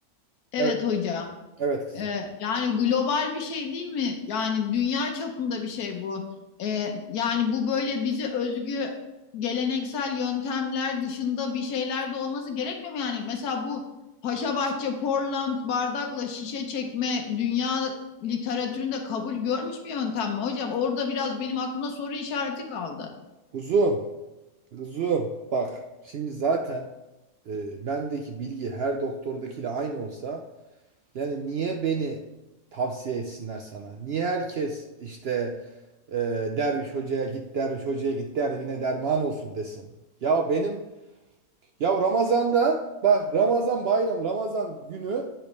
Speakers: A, on the left (about 80°); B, on the right (about 70°).
A: evet
B: Evet.
A: hocam
B: Evet kızım.
A: Ee, yani global bir şey değil mi? Yani dünya çapında bir şey bu. Ee, yani bu böyle bize özgü geleneksel yöntemler dışında bir şeyler de olması gerekmiyor mu? Yani mesela bu Paşabahçe, Portland bardakla şişe çekme dünya literatüründe kabul görmüş bir yöntem mi hocam? Orada biraz benim aklımda soru işareti kaldı.
B: Kuzum. Kuzum. Bak. Şimdi zaten e, bendeki bilgi her doktordakiyle aynı olsa yani niye beni tavsiye etsinler sana? Niye herkes işte Ee, derviş hocaya git, derviş hocaya git, derdine derman olsun desin. Ya benim, ya Ramazan'da bak Ramazan bayram, Ramazan günü